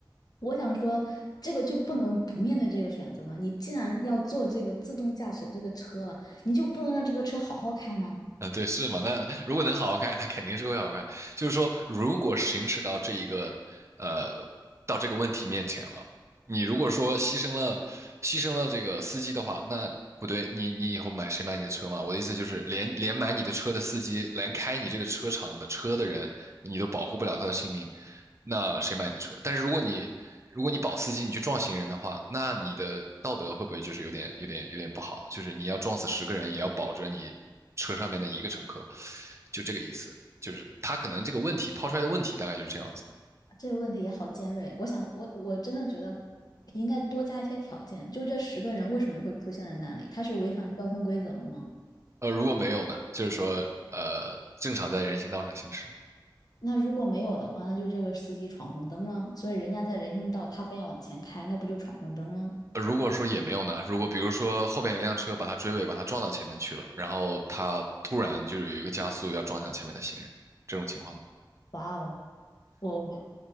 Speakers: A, on the left; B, on the right.
A: 我想说，这个就不能不面对这个选择吗？你既然要做这个自动驾驶这个车了，你就不能让这个车好好开吗？
B: 嗯，对，是嘛？那如果能好好开，<laughs> 它肯定是会好开，就是说，如果行驶到这一个，呃，到这个问题面前了，你如果说牺牲了，牺牲了这个司机的话，那不对，你你以后买谁买你的车嘛？我的意思就是，连连买你的车的司机，连开你这个车厂的车的人，你都保护不了他的性命。那谁买你的车？但是如果你如果你保司机，你去撞行人的话，那你的道德会不会就是有点有点有点不好？就是你要撞死十个人，也要保着你车上面的一个乘客，就这个意思。就是他可能这个问题抛出来的问题大概就是这样子。
A: 这个问题也好尖锐。我想，我我真的觉得应该多加一些条件，就这十个人为什么会出现在那里？他是违反交通规则了吗？
B: 呃，如果没有呢，就是说呃正常在人行道上行驶。
A: 那如果没有的话，那就这个司机闯红灯了。所以人家在人行道，他非要往前开，那不就闯红灯了？
B: 呃如果说也没有呢，如果比如说后边有一辆车把他追尾，把他撞到前面去了，然后他突然就是有一个加速要撞向前面的行人，这种情况呢
A: 哇哦，我